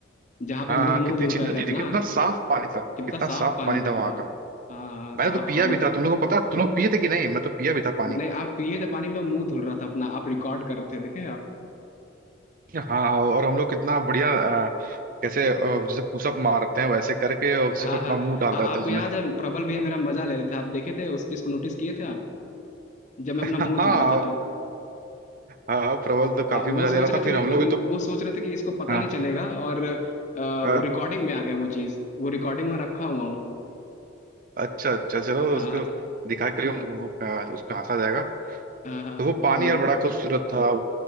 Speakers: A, on the left; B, on the right.
A: जहाँ पे
B: हाँ
A: हम लोग
B: हाँ
A: मुंह
B: कितनी
A: धुल
B: अच्छी
A: रहे
B: नदी
A: थे अपना
B: थी कितना साफ पानी था
A: कितना
B: कितना
A: साफ
B: साफ
A: पानी
B: पानी
A: था
B: था वहां
A: हाँ
B: का
A: हाँ हाँ
B: मैंने
A: साफ
B: तो पिया
A: पानी
B: भी
A: था
B: था तुम लोगों को पता तुम लोग पिए थे कि नहीं मैं तो पिया भी था पानी
A: नहीं आप पिए थे पानी में मुंह धुल रहा था अपना आप रिकॉर्ड कर रहे थे देखे आप
B: हाँ और हम लोग कितना बढ़िया कैसे अ, जैसे पुशअप मारते हैं वैसे करके और सिर्फ
A: हाँ
B: अपना
A: हाँ
B: मुंह डाल
A: आ,
B: रहे
A: आपको
B: थे उसमें
A: याद है प्रबल भैया मेरा मजा ले रहे थे आप देखे थे उस चीज को नोटिस किए थे आप जब मैं
B: <laughs>
A: अपना मुंह
B: हाँ
A: धुल रहा था तब
B: हाँ प्रबल तो
A: आ,
B: काफी
A: वो
B: मजा
A: सोच
B: ले रहा
A: रहे
B: था
A: थे
B: फिर
A: कि
B: हम लोग भी तो
A: वो सोच रहे थे कि इसको पता
B: हाँ,
A: नहीं चलेगा और
B: हाँ,
A: रिकॉर्डिंग में आ गया वो चीज वो रिकॉर्डिंग में रखा हुआ हूँ
B: अच्छा अच्छा चलो
A: हाँ
B: उसको दिखा के वो, अ, उस पर हंसा जाएगा
A: हाँ हाँ,
B: तो वो पानी
A: वो
B: यार बड़ा खूबसूरत था